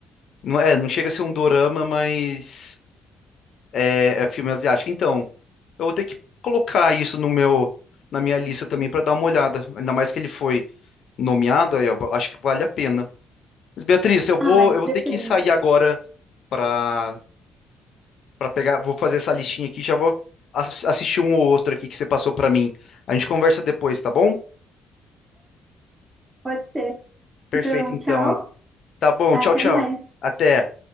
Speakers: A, on the left; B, on the right.
A: Não é, não chega a ser um dorama, mas... é, é filme asiático. Então, eu vou ter que colocar isso no meu, na minha lista também para dar uma olhada. Ainda mais que ele foi nomeado, aí eu acho que vale a pena. Mas, Beatriz, eu vou,
B: Ah, mas
A: eu vou
B: depende.
A: ter que sair agora para para pegar, vou fazer essa listinha aqui, já vou ass- assistir um ou outro aqui que você passou para mim. A gente conversa depois, tá bom?
B: Pode ser.
A: Perfeito,
B: Então,
A: então.
B: tchau.
A: Tá bom,
B: Até
A: tchau, tchau.
B: mais.
A: Até.